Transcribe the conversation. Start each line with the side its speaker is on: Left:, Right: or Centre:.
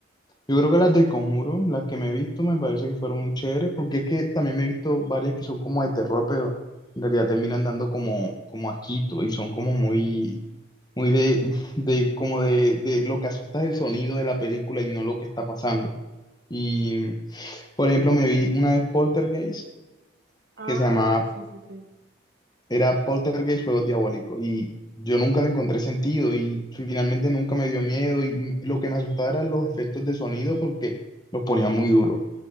Left: yo creo que las de Conjuro, las que me he visto, me parece que fueron chéveres porque es que también me he visto varias que son como de terror, pero en realidad terminan dando como, como asquito y son como muy, muy de, de como de, de lo que asusta es el sonido de la película y no lo que está pasando. Y, por ejemplo, me vi una vez Poltergeist,
Right: Ah,
Left: que se llamaba,
Right: sí, sí, sí.
Left: era Poltergeist Juegos Diabólicos, y yo nunca le encontré sentido, y finalmente nunca me dio miedo, y lo que me asustaba eran los efectos de sonido, porque los ponía muy duro.